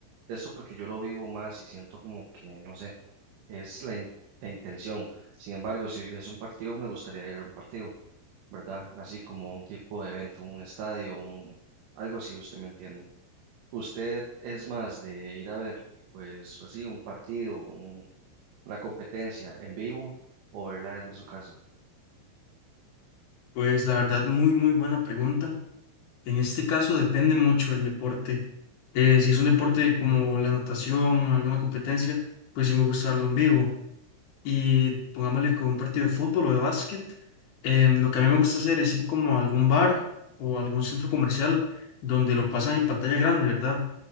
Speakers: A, on the right (about 70°); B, on the left (about 55°).
A: Esto porque yo lo vivo más y siento como que, no sé, es la, in- la intención. Sin embargo, si hubiese un partido, me gustaría ir a un partido, ¿verdad? Así como un tipo de evento, un estadio, un, algo así, usted me entiende. ¿Usted es más de ir a ver, pues así, un partido, un- una competencia en vivo o verla desde su casa?
B: Pues la verdad, muy, muy buena pregunta. En este caso depende mucho el deporte. Eh, si es un deporte como la natación, alguna competencia, pues sí me gusta verlo en vivo. Y pongámosle con un partido de fútbol o de básquet, em, lo que a mí me gusta hacer es ir como a algún bar o algún centro comercial donde lo pasan en pantalla grande, ¿verdad?